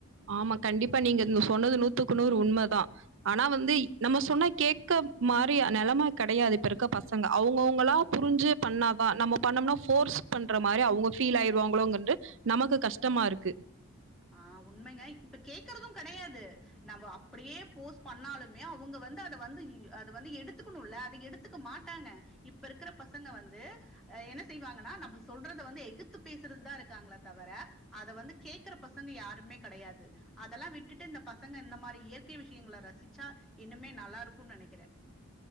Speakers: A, on the right; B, in the centre.
A: ஆமா கண்டிப்பா நீங்க ஒன்னு சொன்னது நூத்துக்கு நூறு உண்மதா ஆனா வந்து நம்ம சொன்னா கேக்க மாரி நெலம கெடையாது இப்ப இருக்க பசங்க அவங்கவுங்களா புரிஞ்சு பண்ணாதா நம்ம பண்ணோம்னா ஃபோர்ஸ் பண்ற மாரி அவுங்க ஃபீல் ஆயிருவாங்களோங்கண்டு நமக்கு கஷ்டமா இருக்கு.
B: ஆ உண்மைங்க இப்ப கேக்குறதும் கெடையாது நம்ப அப்படியே ஃபோர்ஸ் பண்ணாலுமே அவுங்க வந்து அத வந்து அத வந்து எடுத்துக்கணுல்ல அத எடுத்துக்க மாட்டாங்க இப்ப இருக்குற பசங்க வந்து அ என்ன செய்வாங்கன்னா நம்ம சொல்றத வந்து எகுத்து பேசுறதுதா இருக்காங்களே தவர அத வந்து கேக்குற பச ங்க யாருமே கெடையாது அதெல்லா விட்டுட்டு இந்த பசங்க இந்த மாரி இயற்கை விஷியங்கள ரசிச்சா இன்னுமே நல்லா இருக்குன்னு நெனைக்கிறே.